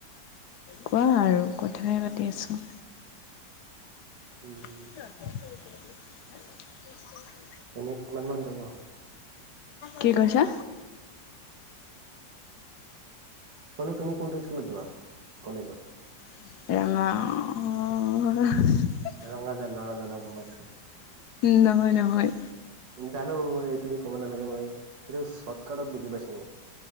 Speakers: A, on the left; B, on the right.
A: কোৱা আৰু কথাই পাতি আছোঁ।
B: উম
A: <unintelligible>
B: এনে কিমান-মান <unintelligible> হ'ল?
A: কি কৈছা?
B: বোলে তুমি কোনটো স্কুলত যোৱা? কলেজত?
A: <unintelligible>
B: ৰঙাজান, ৰঙাজান। অ', গম পাইছো।
A: নহয়, নহয়।
B: জানো মই তুমি ক'ব নালাগে নহয়, সেইটো চৰ্টকাটত বুজি পাইছো মই।